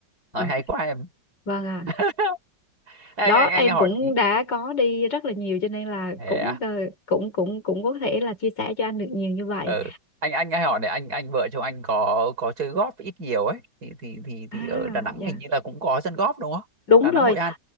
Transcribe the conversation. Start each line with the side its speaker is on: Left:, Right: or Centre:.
Right: nói
Left: Ờ,
Right: hay quá em
Left: vâng ạ
Right: <laughs> anh
Left: đó
Right: anh anh
Left: em
Right: hỏi
Left: cũng
Right: tí.
Left: đã có đi rất là nhiều cho nên là
Right: Thế
Left: cũng
Right: à?
Left: ờ, cũng cũng cũng có thể là chia sẻ cho anh được nhiều như vậy
Right: ừ. anh anh hay hỏi này anh anh vợ chồng anh có có chơi golf ít nhiều ấy thì thì thì
Left: À,
Right: thì ở Đà Nẵng
Left: dạ.
Right: hình như là cũng có sân golf đúng không
Left: Đúng
Right: Đà
Left: rồi,
Right: Nẵng Hội An